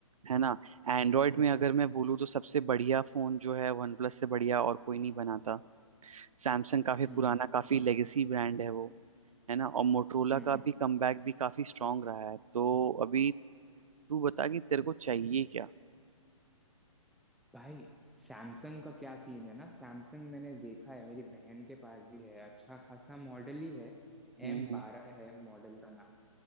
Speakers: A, on the right (about 75°); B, in the centre.
A: है ना एंड्रॉयड में अगर मैं बोलूँ तो सबसे बढ़िया फोन जो है वन प्लस से बढ़िया और कोई नहीं बनाता सैमसंग काफी
B: हम्म
A: पुराना काफी लेगेसी ब्रांड है वो है ना और मोटरोला
B: हम्म
A: का
B: हम्म।
A: भी कमबैक भी काफी स्ट्रांग रहा है तो अभी तू बता कि तेरे को चाहिए क्या
B: भाई सैमसंग का क्या सीन है ना सैमसंग मैंने देखा है मेरी बहन के पास भी है अच्छा खासा मॉडल ही है
A: हम्म
B: एम
A: हम्म,
B: बारह है मॉडल का नाम